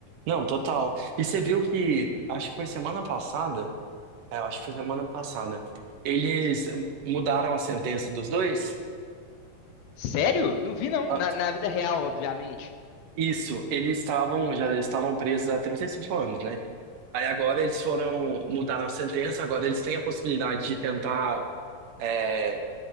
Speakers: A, on the right (about 70°); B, on the left (about 85°).
A: Não, total. E você viu que, acho que foi semana passada, é, acho que foi semana passada, eles eh, mudaram a sentença dos dois?
B: Sério? Não vi não,
A: Ah,
B: na, na vida real, obviamente.
A: Isso, eles estavam, já estavam presos há 35 anos, né? Aí agora eles foram mudar a sentença, agora eles têm a possibilidade de tentar é,